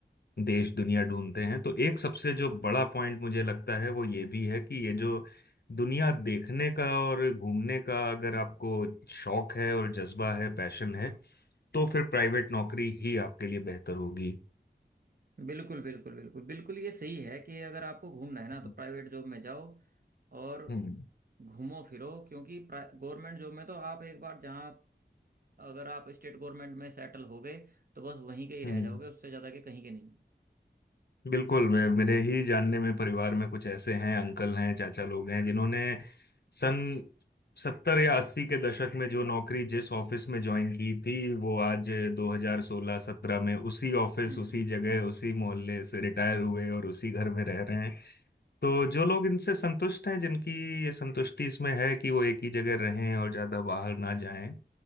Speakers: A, on the left; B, on the right.
A: देश दुनिया ढूंढते हैं तो एक सबसे जो बड़ा पॉइंट मुझे लगता है वो ये भी है कि ये जो दुनिया देखने का और घूमने का अगर आपको शौक है और जज्बा है पैशन है तो फिर प्राइवेट नौकरी ही आपके लिए बेहतर होगी
B: बिल्कुल बिल्कुल बिल्कुल बिल्कुल ये सही है कि अगर आपको घूमना है ना
A: हम्म
B: तो प्राइवेट जॉब में जाओ और
A: हम्म
B: घूमो फिरो क्योंकि गवर्नमेंट जॉब में तो आप एक बार जहाँ अगर आप स्टेट गवर्नमेंट में सेटल हो गए तो बस वहीं के ही रह
A: हम्म।
B: जाओगे उससे ज़्यादा के कहीं के नहीं
A: बिल्कुल मैं मेरे ही जानने में परिवार में कुछ ऐसे हैं अंकल हैं चाचा लोग हैं जिन्होंने सन सत्तर या अस्सी के दशक में जो नौकरी जिस ऑफिस में ज्वाइन की थी वो आज दो हजार सोलह सत्रह में उसी ऑफिस
B: हम्म
A: उसी जगह उसी मोहल्ले से रिटायर हुए और उसी घर में रह रहे हैं तो जो लोग इनसे संतुष्ट हैं जिनकी ये संतुष्टि इसमें है कि वो एक ही जगह रहें और ज्यादा बाहर ना जाएं